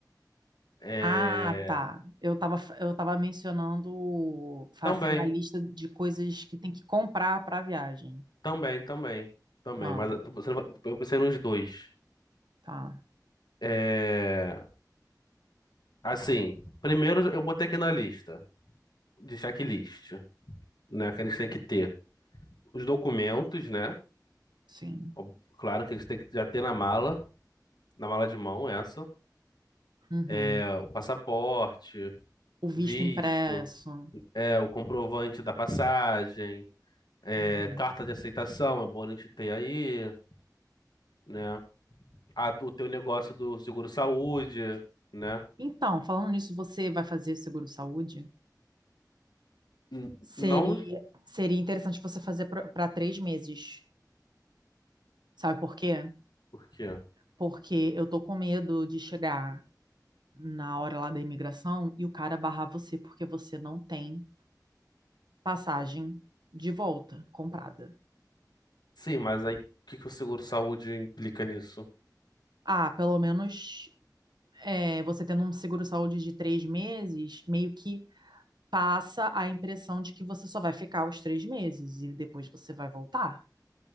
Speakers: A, on the left; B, on the right.
A: É,
B: Ah, tá. Eu estava eu tava mencionando fazer
A: também,
B: uma lista de coisas que tem que comprar para a viagem.
A: também, também, também,
B: Ah,
A: mas eu tô pensando- eu pensei nos dois.
B: tá.
A: É, Assim, primeiro eu botei aqui na lista de checklist, né? Que a gente tem que ter os documentos, né?
B: Sim.
A: Ob- Claro que eles têm que já ter na mala, na mala de mão essa,
B: Uhum.
A: é, o passaporte,
B: O visto
A: visto,
B: impresso.
A: é o comprovante da passagem, é,
B: Uhum.
A: carta de aceitação, é bom a gente ter aí, né? a o teu negócio do seguro-saúde, né?
B: Então, falando nisso, você vai fazer seguro-saúde?
A: N-
B: Seria,
A: Não nos...
B: seria interessante você fazer para três meses. Sabe por quê?
A: Por quê?
B: Porque eu tô com medo de chegar na hora lá da imigração e o cara barrar você porque você não tem passagem de volta comprada.
A: Sim, mas aí o que que o seguro-saúde implica nisso?
B: Ah, pelo menos é, você tendo um seguro-saúde de três meses, meio que passa a impressão de que você só vai ficar os três meses e depois você vai voltar.